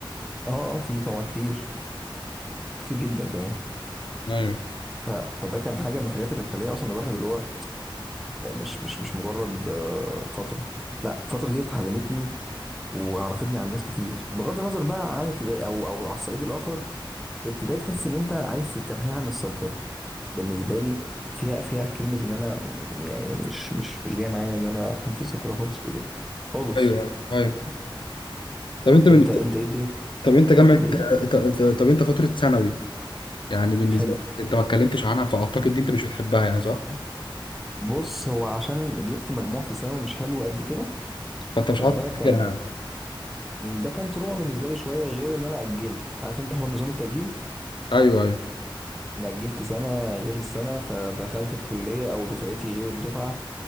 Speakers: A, in the centre; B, on the left.
A: اه اه في طبعا كتير كتير جدا كمان
B: ايوه
A: ف... فده كان حاجه من الحاجات اللي مخليه اصلا الواحد اللي هو مش مش مش مجرد آه، فتره لا الفتره دي اتعلمتني وعرفتني عن ناس كتير بغض النظر بقى عن ابتدائي او او على الصعيد الاخر ابتدائي تحس ان انت عايز تمحيها من الذاكره بالنسبه لي فيها فيها كلمه ان انا م- يعني مش مش مش جاي معايا ان انا اكون في الذاكره خالص في ابتدائي خالص
B: ايوه يعني ايوه طب انت من...
A: انت انت ايه الدنيا
B: طب انت جامعه ط-
A: الايه
B: ط- طب انت فتره ثانوي يعني بالنسبه
A: حلو
B: لك انت ما اتكلمتش عنها فاعتقد دي انت مش بتحبها يعني صح؟
A: بص هو عشان جبت مجموع في الثانوي مش حلو قد كده
B: فانت مش
A: فده
B: عارف تفتكرها
A: كان
B: يعني
A: ده كان تروما بالنسبه لي شويه غير ان انا اجلت عارف انت حوار نظام التاجيل
B: ايوه ايوه
A: انا اجلت سنه غير السنه فدخلت في كليه او دفعتي غير الدفعه